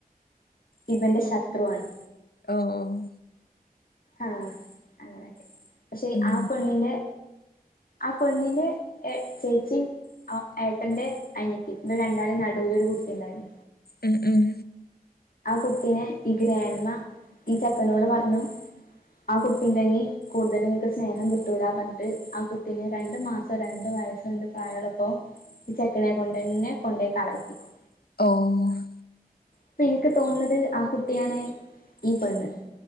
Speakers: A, on the left; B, on the left.
A: ഇബെന്റെ ശത്രുവാണ്
B: ഓഹ് ഓഹ്
A: ആഹ് അങ്ങെനെക്കെ പക്ഷെ
B: ഉം
A: ആ പെണ്ണ്ന്റെ ആ പെണ്ണ്ന്റെ ഏഹ് ചേച്ചിം ആഹ് ഏട്ടെന്റെ അനിയത്തി ഇബല് രണ്ടാളിം നടൂലൊരു കുട്ടിണ്ടായി
B: ഉം ഉം
A: ആ കുട്ടിനെ ഈ ഗ്രാൻമ ഈ ചെക്കനോട് പർഞ്ഞു ആ കുട്ടിണ്ടെങ്കി കൂട്തലും ഇങ്ങക്ക് സ്നേഹം കിട്ടൂലാന്നർഞ്ഞ്ട്ട് ആ കുട്ടിനെ രണ്ട് മാസം രണ്ട് വയസ്സോ എന്തോ പ്രായള്ളപ്പോ ഈ ചെക്കനെ കൊണ്ടന്നെ കൊണ്ടാേയ് കളയിപ്പിക്കും
B: ഓഹ്
A: പ്പ ഇൻക്ക് തോന്ന്ന്നത് ആ കുട്ടിയാണ് ഈ പെണ്ണ്